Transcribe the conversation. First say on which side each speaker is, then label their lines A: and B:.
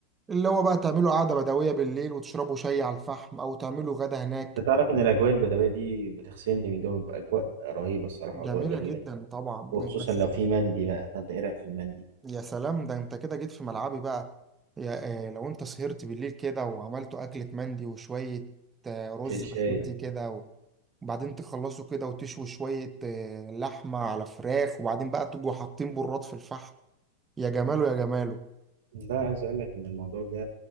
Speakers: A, on the right; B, on the right.
A: اللي هو بقى تعملوا قعدة بدوية بالليل وتشربوا شاي على الفحم أو تعملوا غدا هناك
B: انت تعرف ان الاجواء البدويه دي بتغسلني من جو باجواء رهيبه الصراحه
A: جميلة
B: واجواء جميله
A: جدا طبعا
B: وخصوصا
A: بس
B: لو في مندي بقى فانت ايه رايك في المندي
A: يا سلام ده انت كده جيت في ملعبي بقى يا آه لو انت سهرت بالليل كده وعملتوا أكلة مندي وشوية آه رز
B: انت شاي
A: <laughs> بسمتي كده و- وبعدين تخلصوا كده وتشووا شوية آه لحمة على فراخ وبعدين بقى تجوا حاطين براد في الفحم يا جماله يا جماله
B: لا عايز اقول لك ان الموضوع ده